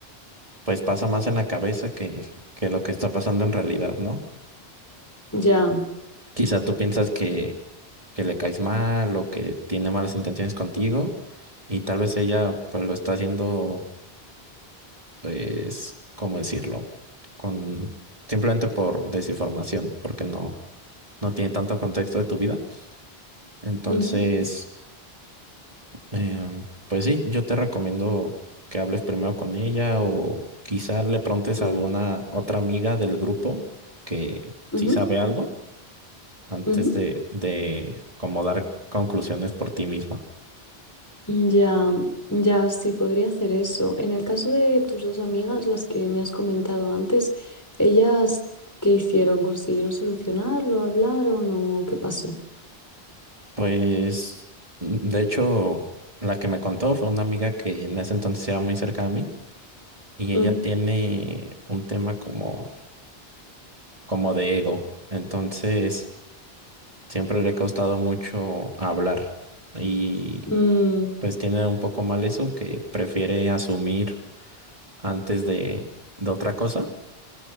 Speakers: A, on the right; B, on the left.
A: pues, pasa más en la cabeza que, que lo que está pasando en realidad, ¿no?
B: Ya.
A: Quizá tú piensas que, que le caes mal o que tiene malas intenciones contigo y tal vez ella pues lo está haciendo, pues, ¿cómo decirlo? Con simplemente por desinformación, porque no, no tiene tanto contexto de tu vida. Entonces,
B: ujú,
A: eh, pues sí, yo te recomiendo que hables primero con ella o quizá le preguntes
B: mm,
A: a alguna otra amiga del grupo que
B: ujú,
A: sí sabe algo antes
B: ujú.
A: de, de como dar conclusiones por ti misma.
B: Ya, ya, sí, podría hacer eso. En el caso de tus dos amigas, las que me has comentado antes, ¿ellas qué hicieron? ¿Consiguieron solucionarlo? ¿Hablaron o qué pasó?
A: Pues, mm, de hecho, la que me contó fue una amiga que en ese entonces era muy cerca a mí y ella
B: Mm,
A: tiene un tema como, como de ego. Entonces, siempre le ha costado mucho hablar y
B: mm,
A: pues tiene un poco mal eso que prefiere asumir antes de, de otra cosa.